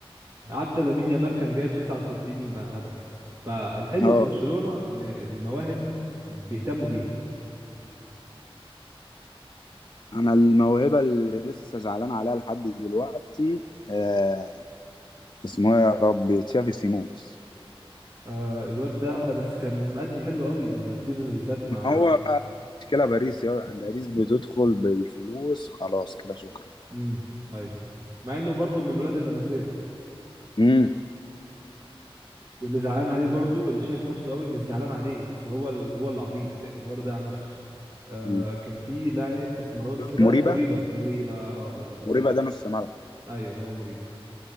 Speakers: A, on the right (about 30°); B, on the left (about 50°).
A: عدى لامين يامال كان جايب 69 هدف فالحلو
B: اه
A: في برشلونة ان المواهب بيهتموا بيها
B: انا الموهبة اللي لسه زعلان عليها لحد دلوقتي آه اسمه إيه يا ربي تشافي سيمونز
A: آه الواد ده بس كان مأدي حلو قوي السيزون اللي فات مع
B: هو بقى مشكلة باريس يا باريس بتدخل بالفلوس خلاص كده شكرا
A: امم ايوه مع انه برضو من ولاد اللمسية
B: امم
A: واللي زعلان عليه برضو اللي شايف نفسه قوي مش زعلان عليه بس هو ال... هو اللي عبيط يعني هو اللي ضيع نفسه آه
B: أمم.
A: كان في لاعب اسمراني كده
B: مريبة
A: مريبة مريبة اه هو ده
B: مريبة ده نص ملعب
A: ايوه هو مريبة